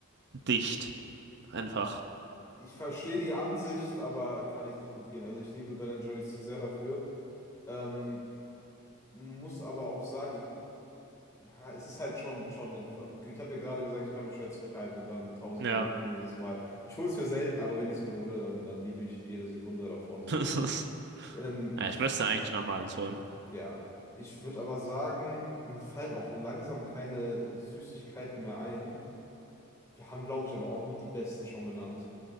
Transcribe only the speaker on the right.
dicht. Einfach.
Ja.
<laughs>
Ja,
ich müsste eigentlich nochmal eins holen.